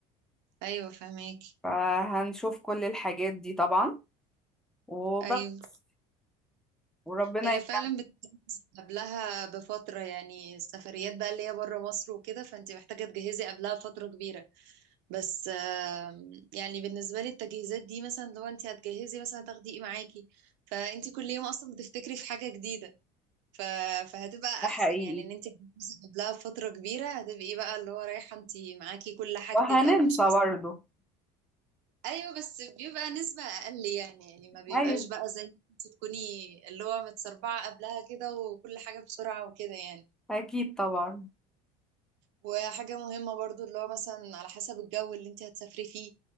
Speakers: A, on the right (about 70°); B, in the centre.
A: ايوه فهميك
B: فهنشوف كل الحاجات دي طبعا وبس
A: ايوه
B: وربنا
A: هي
B: يكرمنا
A: فعلا بتتجهز قبلها بفترة يعني السفريات بقى اللي هي بره مصر وكده فانت محتاجة تجهزي قبلها فترة كبيرة بس آم، يعني بالنسبة لي التجهيزات دي مثلا لو انت هتجهزي مثلا تاخدي ايه معاكي فانت كل يوم اصلا بتفتكري في حاجة جديدة ف... فهتبقى
B: حقيقي
A: احسن يعني ان انت تجهزي قبلها بفترة كبيرة هتبقي بقى اللي هو رايحة انت معاكي كل حاجتك
B: وهننسى
A: او مش ناس
B: برضه
A: ايوه بس بيبقى نسبة اقل يعني يعني ما بيبقاش
B: أيوة
A: بقى زي انت تكوني اللي هو متسربعة قبلها كده وكل حاجة بسرعة وكده يعني
B: أكيد طبعا
A: وحاجة مهمة برضو اللي هو مثلا على حسب الجو اللي انت هتسافري فيه